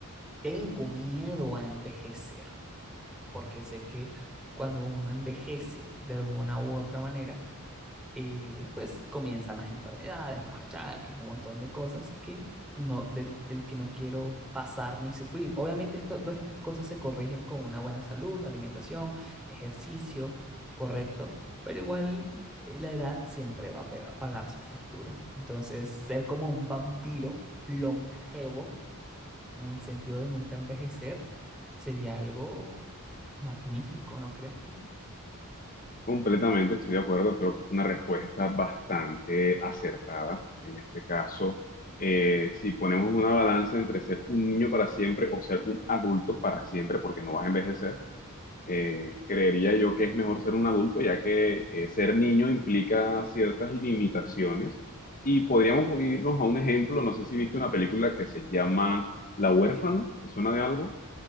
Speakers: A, in the centre; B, on the left.
A: tengo miedo a envejecer. porque sé que cuando uno envejece de alguna u otra manera, eh, pues comienzan las enfermedades, los achaques, un montón de cosas que no, del, del que no quiero pasar ni sufrir. Obviamente esto, todas estas cosas se corrigen con una buena salud, alimentación, ejercicio correcto, pero igual eh, la edad siempre va a pega- pagar su factura. Entonces, ser como un vampiro longevo en el sentido de nunca envejecer, sería algo magnífico, ¿no crees tú?
B: Completamente estoy de acuerdo, creo que es una respuesta bastante acertada en este caso. eh, si ponemos una balanza entre ser un niño para siempre o ser un adulto para siempre, porque no vas a envejecer, eh, creería yo que es mejor ser un adulto, ya que eh, ser niño implica ciertas limitaciones. Y podríamos irnos a un ejemplo, no sé si viste una película que se llama La huérfana, ¿te suena de algo?